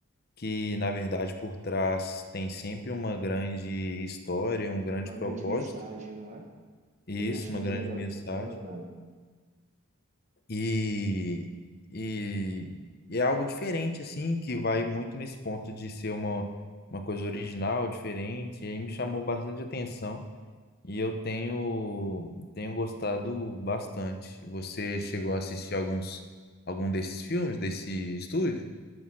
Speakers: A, on the left (about 50°); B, on the right (about 35°).
A: que na verdade por trás tem sempre uma grande história, um grande
B: Uma
A: propósito,
B: grande mensagem, não é?
A: e
B: Também
A: isso,
B: acho
A: uma
B: muito
A: grande
B: legal
A: mensagem.
B: isso, muito bacana.
A: E, e, e é algo diferente, assim, que vai muito nesse ponto de ser uma, uma coisa original, diferente, e aí me chamou bastante atenção. E eu tenho tenho gostado bastante. Você chegou a assistir alguns algum desses filmes desse estúdio?